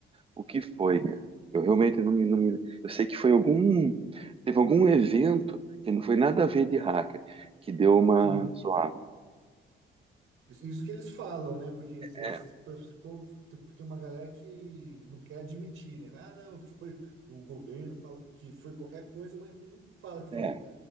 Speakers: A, on the right; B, on the right.
A: O que foi, cara? Eu realmente não me, não me. Eu sei que foi algum. Teve algum evento que não foi nada a ver de hacker, que deu uma
B: Sim.
A: zoada.
B: Isso, isso que eles falam, né? Porque esse,
A: É,
B: esse po- esse povo, tem tem uma galera que não quer admitir, né? Ah, não, foi o governo fala que foi qualquer coisa, mas não fala que foi
A: é.
B: um,